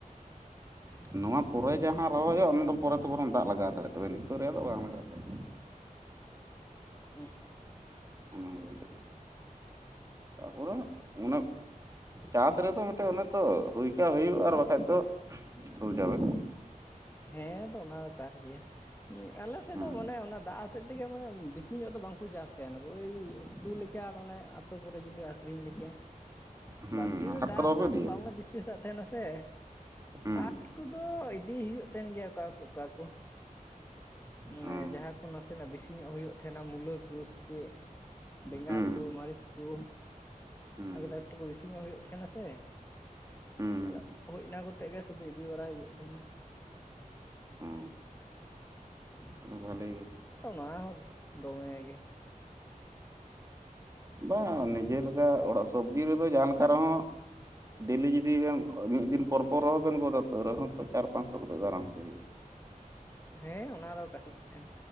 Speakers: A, on the left; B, on the right.
A: <inaudible>
B: ᱱᱚᱣᱟ ᱯᱚᱨᱮ ᱡᱟᱦᱟᱸ ᱨᱚᱦᱚᱭ ᱦᱩᱭᱩᱜ-ᱟ ᱚᱱᱟ ᱫᱚ ᱯᱚᱨᱮ ᱛᱮ ᱵᱚᱨᱚᱝ ᱫᱟᱜ ᱞᱟᱜᱟᱣ ᱫᱟᱲᱮᱜ-ᱟ ᱛᱚᱵᱮ ᱱᱤᱛᱚᱜ ᱨᱮᱭᱟᱜ ᱫᱚ ᱵᱟᱝ ᱞᱟᱜᱟᱜ-ᱟ ᱫᱟᱜ᱾
A: ᱩᱻ᱾
B: ᱚᱱᱟ ᱦᱚᱛᱮᱡ ᱛᱮ, ᱛᱟᱯᱚᱨᱮ ᱚᱱᱟ ᱮ ᱪᱟᱥ ᱨᱮᱫᱚ ᱢᱤᱫᱴᱮᱡ ᱚᱱᱮᱛ, ᱦᱩᱭ ᱠᱷᱟᱡ ᱦᱩᱭᱩᱜ-ᱟ ᱟᱨ ᱵᱟᱠᱷᱟᱡ ᱫᱚ ᱥᱩᱨ ᱡᱟᱵᱮ
A: ᱦᱮᱸ ᱛᱚ ᱚᱱᱟ ᱫᱚ ᱠᱟᱱ ᱜᱮᱭᱟ, ᱟᱞᱮ ᱥᱮᱫ
B: ᱦᱮᱸ
A: ᱫᱚ ᱢᱟᱱᱮ ᱚᱱᱟ ᱫᱟᱜ ᱦᱚᱸᱛᱮᱡ ᱛᱮᱜᱮ ᱢᱟᱱᱮ ᱵᱮᱥᱤ ᱧᱚᱜ ᱫᱚ ᱵᱟᱝᱠᱚ ᱪᱟᱥ ᱛᱟᱭᱟ ᱱᱩᱠᱩ ᱳᱭ ᱩᱛᱩ ᱞᱮᱠ ᱪᱮ ᱟᱨ ᱚᱱᱮ ᱟᱹᱛᱩ ᱠᱚᱨᱮ ᱡᱩᱫᱤ ᱟᱹᱷᱨᱤᱧ ᱞᱮᱠᱟ᱾
B: ᱦᱮᱸ
A: ᱵᱟᱹᱲᱛᱤ ᱫᱚ
B: ᱦᱟᱴ
A: ᱫᱟᱜ
B: ᱠᱚᱫᱚ
A: ᱨᱮᱱᱟᱜ
B: ᱵᱟᱯᱮ ᱤᱫᱤᱭᱟ
A: ᱫᱚ ᱵᱟᱝᱞᱮ ᱵᱤᱥᱥᱟᱹᱥᱟᱜ ᱛᱟᱦᱮᱸᱱᱟ ᱥᱮ
B: ᱦᱮᱸ
A: ᱟᱨ ᱩᱱᱠᱩ ᱫᱚ ᱤᱫᱤ ᱦᱩᱭᱩᱜ ᱛᱟᱦᱮᱸᱱ ᱜᱮᱭᱟ ᱚᱠᱟ ᱠᱚ ᱚᱠᱟ ᱠᱚ᱾ ᱚᱱᱮ
B: ᱦᱮᱸ
A: ᱡᱟᱦᱟᱸ ᱠᱚ ᱱᱟᱥᱮᱱᱟᱜ ᱵᱮᱥᱤ ᱧᱚᱜ ᱦᱩᱭᱩᱜ ᱛᱟᱦᱮᱸᱱᱟ ᱢᱩᱞᱟᱹ ᱠᱚ ᱥᱮ ᱪᱮᱫ᱾ ᱵᱮᱸᱜᱟᱲ
B: ᱦᱮᱸ
A: ᱠᱚ ᱢᱟᱹᱨᱤᱪ ᱠᱚ,
B: ᱦᱮᱸ
A: ᱚᱱᱟ ᱠᱚᱫᱚ ᱮᱠ ᱴᱩᱠᱩ ᱵᱤᱥᱤ ᱧᱚᱜ ᱦᱩᱭᱩᱜ ᱛᱟᱦᱮᱸᱱᱟ ᱥᱮ᱾
B: ᱦᱮᱸ
A: ᱟᱫᱚ ᱦᱳᱭ ᱚᱱᱟ ᱠᱚᱛᱮ ᱜᱮ ᱥᱩᱫᱩ ᱤᱫᱤ ᱵᱟᱲᱟᱭ ᱦᱩᱭᱩᱜ ᱛᱟᱦᱮᱸᱱᱟ
B: ᱦᱩ ᱛᱟᱦᱚᱸᱞᱮ ᱵᱷᱟᱞᱮ ᱜᱮ᱾
A: ᱥᱚᱱᱟ ᱦᱳᱜ ᱫᱚᱢᱮ ᱜᱮ᱾
B: ᱵᱟᱝ ᱱᱤᱡᱮ ᱞᱮᱠᱟ ᱚᱲᱟᱜ ᱥᱚᱵᱽᱡᱤ ᱨᱮ ᱫᱚ ᱡᱟᱦᱟ ᱞᱮᱠᱟ ᱨᱮ ᱦᱚᱸ᱾ ᱰᱮᱞᱤ ᱡᱩᱫᱤ ᱵᱮᱱ ᱢᱤᱫ ᱫᱤᱱ ᱯᱚᱨ ᱯᱚᱨ ᱨᱮᱦᱚᱸ ᱵᱮᱱ ᱜᱚᱫᱟ ᱛᱳᱣ ᱨᱮᱦᱚᱸ ᱛᱚ ᱪᱟᱨ ᱯᱟᱸᱪᱥᱚ ᱠᱟᱛᱮ ᱟᱨᱟᱢ ᱥᱮ ᱦᱩᱭᱩᱜ-ᱟ᱾
A: ᱦᱮᱸ ᱚᱱᱟ ᱫᱚ ᱠᱟᱱ ᱜᱮᱭᱟ